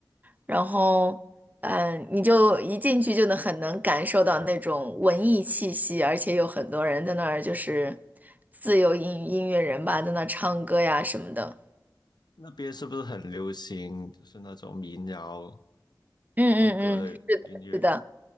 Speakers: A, on the right (about 20°); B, on the left (about 70°).
A: 然后，嗯、你就一进去就能很能感受到那种文艺气息，而且有很多人在那儿就是自由音音乐人吧，在那儿唱歌呀什么的。
B: 那边是不是很流行，就是那种民谣
A: 嗯嗯嗯，
B: 风格的音乐？
A: 是的，是的。